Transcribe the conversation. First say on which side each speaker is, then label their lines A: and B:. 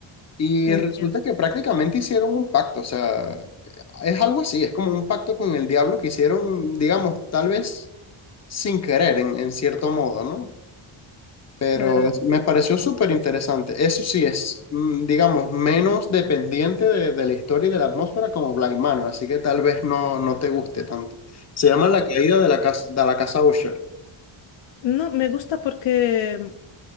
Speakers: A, on the left (about 35°); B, on the left (about 65°).
A: Y
B: entiendo.
A: resulta que prácticamente hicieron un pacto, o sea, es algo así, es como un pacto con el diablo que hicieron, digamos, tal vez sin querer, en, en cierto modo, ¿no? Pero
B: Eh,
A: es- me pareció súper interesante. Eso sí es, mm, digamos, menos dependiente de, de la historia y de la atmósfera como Blind Manor, así que tal vez no, no te guste tanto. Se llama
B: no,
A: La caída de la casa, de la casa Usher.
B: no, me gusta porque,